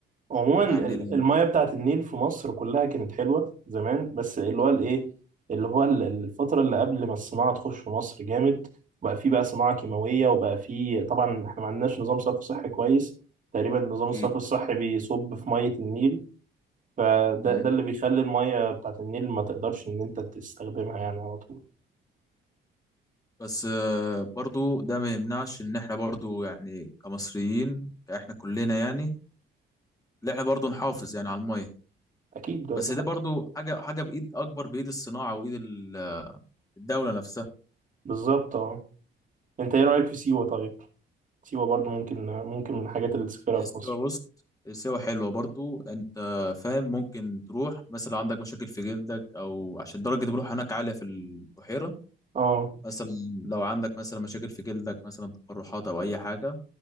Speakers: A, on the right; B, on the left.
A: عموما
B: يعني
A: ال-
B: ال...
A: المياه بتاعت النيل في مصر كلها كانت حلوة زمان بس اللي هو الايه اللي هو ال- الفترة اللي قبل ما الصناعة تخش في مصر جامد بقى في بقى صناعة كيماوية وبقى في طبعا احنا ما عندناش نظام صرف صحي كويس تقريبا نظام
B: أكيد.
A: الصرف الصحي بيصب في مية النيل فده
B: مم.
A: ده اللي بيخلي المية بتاعت النيل ما تقدرش ان انت تستخدمها يعني على طول
B: بس آه، برضو ده ما يمنعش ان احنا برضو يعني كمصريين احنا كلنا يعني ان احنا برضو نحافظ يعني على الميه
A: اكيد ده
B: بس
A: اللي
B: ده
A: حق.
B: برضو حاجه حاجه بايد اكبر بايد الصناعه وايد ال- الدوله نفسها
A: بالظبط اه انت ايه رأيك في سيوة طيب سيوة برضو ممكن ممكن من الحاجات اللي تسافرها
B: هي سيوه
A: في مصر
B: بص سيوه حلوه برضو انت فاهم ممكن تروح مثلا عندك مشاكل في جلدك او عشان درجه الملوحه هناك عاليه في البحيره
A: اه
B: مثلا لو عندك مثلا مشاكل في جلدك مثلا تقرحات او اي حاجه